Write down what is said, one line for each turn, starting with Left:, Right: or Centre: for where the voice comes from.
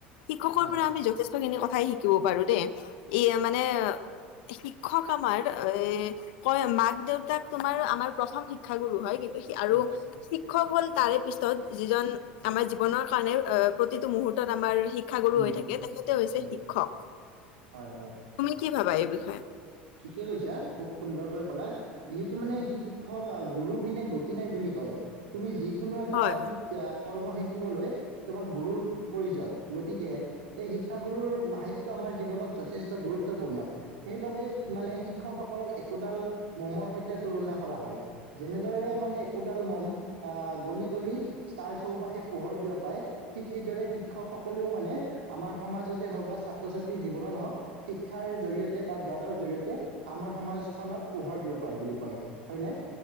Left: শিক্ষকৰ
Right: হয়
Left: পৰা আমি যথেষ্টখিনি কথাই শিকিব পাৰো দেই, ই মানে শিক্ষক আমাৰ এ কয় মাক দেউতাক তোমাৰ আমাৰ প্ৰথম শিক্ষাগুৰু হয় কিন্তু আৰু
Right: উম
Left: শিক্ষক হ'ল তাৰে পিছত যিজন
Right: উম
Left: আমাৰ জীৱনৰ কাৰণে অ প্ৰতিটো মুহুৰ্তত আমাৰ শিক্ষাগুৰু
Right: উম
Left: হৈ থাকে তেখেতে হৈছে
Right: উম
Left: শিক্ষক।
Right: হয় হয়
Left: তুমি কি ভাবা এই বিষয়ে
Right: ঠিকে কৈছা খুব সুন্দৰকৈ কলা। যিহেতু মানে শিক্ষক গুৰু পিনে গতি নাই বুলি কয়। তুমি যিকোনো এটা
Left: হয়
Right: শিক্ষা কৰ্ম শিকিবলৈ তোমাক গুৰুৰ প্ৰয়োজন। গতিকে এই শিক্ষাগুৰুৰ সাহিত্যম আমাৰ জীৱনত যথেষ্ট গুৰুত্বপূৰ্ণ সেইবাবে মানে শিক্ষকসকলক একোডাল মমৰ সৈতে তুলনা কৰা হয়। যেনেদৰে মানে একোডাল মম অহ গলি -গলি তাৰ চৌপাশে পোহৰ বিয়পাই ঠিক সেইদৰে শিক্ষকসকলেও মানে আমাৰ সমাজতে হওক বা ছাত্ৰ ছাত্ৰী জীৱনত হওক শিক্ষা শিক্ষাৰ জৰিয়তে বা জ্ঞানৰ জৰিয়তে আমাৰ সমাজখনত পোহৰ বিয়পায় বুলি কয় হয়নে?